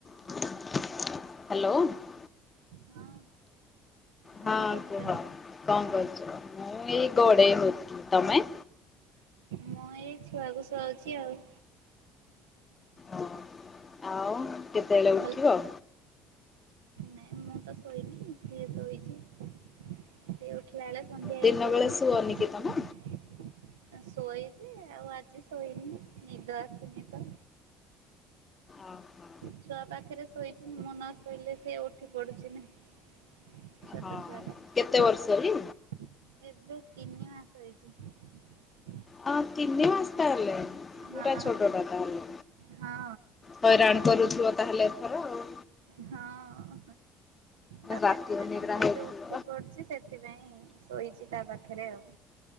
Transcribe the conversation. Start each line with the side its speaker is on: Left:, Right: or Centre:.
Left: Hello.
Right: ହଁ କଣ
Left: ହଁ,
Right: କରୁଛ?
Left: କୁହ କଣ କରୁଛ? ମୁଁ ଏଇ ଗଡେଇ ହଉଥିଲି ତମେ?
Right: ମୁଁ ଏଇ ଛୁଆକୁ ଶୁଆଉଛି ଆଉ।
Left: ଓହୋ ଆଉ କେତେବେଳେ
Right: ଭଲ
Left: ଉଠିବ?
Right: ନାଇଁ ମୁଁ ତ ଶୋଇନି, ସିଏ ଶୋଇଚି। ସେ ଉଠିଲା ବେଳେ ସନ୍ଧ୍ୟା ହେଇଯିବ।
Left: ଦିନ ବେଳେ ଶୁଅନି କି ତମେ?
Right: ଶୋଏଯେ ଆଉ ଆଜି ଶୋଇନି ନିଦ ଆସିନି ତ।
Left: ଓ ହୋ।
Right: ଛୁଆ ପାଖରେ ଶୋଇଚି ମୁଁ ନ ଶୋଇଲେ ସେ ଉଠି ପଡ଼ୁଚି ନା। ଛୋଟ
Left: ହଁ।
Right: ଛୁଆ ଟା।
Left: କେତେ ବର୍ଷ କି?
Right: ଏବେ ତିନି ମାସ ହେଇଚି।
Left: ହଁ, ତିନି ମାସ ହେଲାଣି ପୁରା
Right: ହଁ
Left: ଛୋଟ ଟା ତାହାଲେ
Right: ହଁ
Left: ହଇରାଣ କରୁଥିବ ତାହେଲେ ଏଥର ଆଉ।
Right: ହଁ, ତା
Left: ରାତି
Right: ପାଖରେ
Left: ଅନିଦ୍ରା
Right: ନ ଶୋଇଲେ
Left: ହଉଥିବ।
Right: ଉଠି ପଡ଼ୁଚି। ସେଥ୍ ସେଥିପାଇଁ ଶୋଇଚି ତା ପାଖରେ ଆଉ।